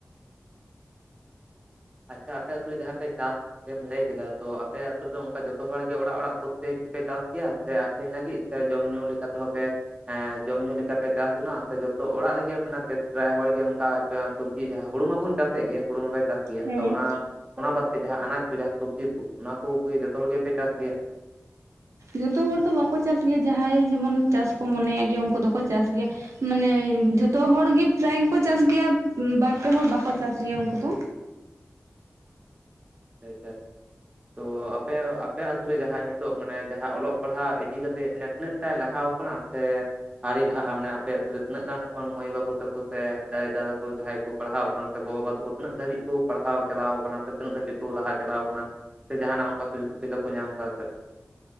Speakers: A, on the right; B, on the right.
A: ᱟᱪᱪᱷᱟ ᱟᱯᱮ ᱟᱹᱛᱩ ᱨᱮ ᱡᱟᱦᱟᱸ ᱯᱮ ᱪᱟᱥ ᱮᱢ ᱞᱟᱹᱭ ᱠᱮᱫᱟ ᱛᱚ ᱟᱯᱮ ᱟᱛᱳ ᱨᱮᱫᱚ, ᱚᱝᱠᱟ ᱡᱚᱛᱚ ᱦᱚᱲ ᱜᱮ, ᱚᱲᱟᱜ ᱚᱲᱟᱜ ᱯᱨᱚᱛᱛᱮᱠ ᱠᱚᱯᱮ ᱪᱟᱥ ᱜᱮᱭᱟ ᱥᱮ? ᱪᱮ ᱞᱟᱹᱜᱤᱫ ᱥᱮ ᱡᱚᱢ ᱧᱩ ᱞᱮᱠᱟ ᱛᱮᱦᱚ ᱯᱮ ᱦᱮᱸ ᱡᱚᱢ ᱧᱩ ᱞᱮᱠᱟ ᱯᱮ ᱪᱟᱥ ᱡᱚᱱᱟᱜ-ᱟ, ᱥᱮ ᱡᱚᱛᱚ ᱚᱲᱟᱜ ᱨᱮᱜᱮ ᱯᱨᱟᱭ ᱦᱚᱲ ᱜᱮ ᱱᱚᱝᱠᱟ ᱥᱚᱵᱡᱤ ᱡᱟᱦᱟᱸ, ᱦᱳᱲᱳ ᱢᱟᱵᱚᱱ ᱪᱟᱥᱮᱫ ᱜᱮ, ᱦᱳᱲᱳ ᱢᱟᱵᱟᱭ ᱪᱟᱥ ᱜᱮ
B: ᱦᱮᱸ
A: ᱛᱚ ᱚᱱᱟ ᱚᱱᱟ ᱵᱟᱫᱛᱮ ᱡᱟᱦᱟᱸ, ᱟᱱᱟᱡ ᱠᱚ ᱡᱟᱦᱟᱸ ᱥᱚᱵᱡᱤ ᱠᱚ ᱚᱱᱟ ᱠᱚᱸ ᱡᱚᱛᱚ ᱦᱚᱲ ᱜᱮᱯᱮ ᱪᱟᱥ ᱜᱮᱭᱟ?
B: ᱡᱚᱛᱚ ᱦᱚᱲ ᱫᱚ ᱵᱟᱠᱚ ᱪᱟᱥ ᱜᱮᱭᱟ, ᱡᱟᱦᱟᱸᱭ ᱡᱮᱢᱚᱱ ᱪᱟᱥ ᱠᱚ ᱢᱚᱱᱮᱭᱟᱜ ᱜᱮᱭᱟ, ᱩᱱᱠᱩ ᱫᱚᱠᱚ ᱪᱟᱥ ᱜᱮᱭᱟ᱾ ᱢᱟᱱᱮ ᱡᱷᱚᱛᱚ ᱦᱚᱲᱜᱮ, ᱯᱨᱟᱭ ᱜᱮᱠᱚ ᱪᱟᱥ ᱜᱮᱭᱟ, ᱵᱟᱨ ᱯᱮ ᱦᱚᱲ ᱵᱟᱠᱚ ᱪᱟᱥ ᱜᱮᱭᱟ ᱩᱱᱠᱩ ᱫᱚ᱾
A: ᱟᱪᱪᱷᱟ, ᱟᱪᱪᱷᱟ, ᱛᱚ ᱟᱯᱮ, ᱟᱯᱮ ᱟᱹᱛᱩ ᱨᱮ ᱡᱟᱦᱟᱸ ᱱᱤᱛᱚᱜ, ᱢᱟᱱᱮ-ᱡᱟᱦᱟᱸ ᱚᱞᱚᱜ ᱯᱟᱲᱦᱟᱜ ᱤᱫᱤ ᱠᱟᱛᱮᱜ, ᱢᱟᱱᱮ ᱛᱤᱱᱟᱹᱜ ᱴᱟᱭ ᱞᱟᱦᱟᱣ ᱠᱟᱱᱟ ᱥᱮ ᱟᱣᱨᱤ ᱞᱟᱦᱟᱜᱼᱟ? ᱢᱟᱱᱮ ᱟᱯᱮ ᱟᱹᱛᱩ ᱨᱮ ᱛᱤᱱᱟᱹ ᱜᱟᱱ, ᱢᱟᱹᱭ ᱵᱟᱹᱵᱩ ᱛᱟᱠᱚ ᱥᱮ ᱫᱟᱹᱭ ᱫᱟᱫᱟ ᱛᱟᱠᱚ ᱡᱟᱦᱟᱸᱭ ᱠᱚ ᱯᱟᱲᱦᱟᱣ ᱠᱟᱱᱟ, ᱥᱮ ᱜᱚ ᱵᱟᱵᱟ ᱛᱟᱠᱚ ᱛᱤᱱᱟᱹᱜ ᱫᱷᱟᱹᱵᱤᱡ ᱠᱚ ᱯᱟᱲᱦᱟᱣ ᱪᱟᱞᱟᱣ ᱠᱟᱱᱟ, ᱥᱮ ᱛᱤᱱᱟᱹᱜ ᱫᱷᱟᱹᱵᱤᱡ ᱠᱚ ᱞᱟᱦᱟ ᱪᱟᱞᱟᱣ ᱠᱟᱱᱟ, ᱥᱮ ᱡᱟᱦᱟᱱᱟᱜ ᱚᱱᱠᱟ ᱥᱩᱡᱳᱜᱽ ᱥᱩᱵᱤᱫᱷᱟ ᱠᱚ ᱧᱟᱢ ᱠᱟᱫᱟ ᱥᱮ ᱵᱟᱝ?